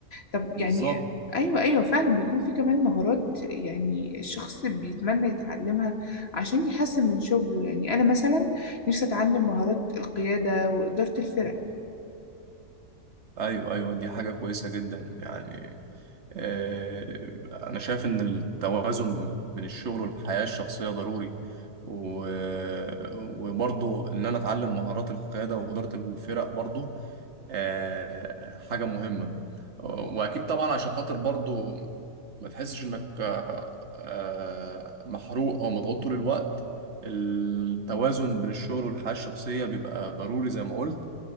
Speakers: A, on the left; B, on the right.
A: طب
B: بالظبط
A: يعني أيوة أيوة فعلا بيكون في كمان مهارات يعني الشخص بيتمنى يتعلمها عشان يحسن من شغله يعني أنا مثلا نفسي أتعلم مهارات القيادة وإدارة الفرق
B: ايوه ايوه دي حاجة كويسة جدا يعني آه، انا شايف ان التوازن بين الشغل والحياة الشخصية ضروري و... وبرضو ان انا اتعلم مهارات القيادة وإدارة الفرق برضو آه، حاجة مهمة وأكيد طبعا عشان خاطر برضو ما تحسش إنك آه، آه، محروق أو مضغوط طول الوقت التوازن بين الشغل والحياة الشخصية بيبقى ضروري زي ما قلت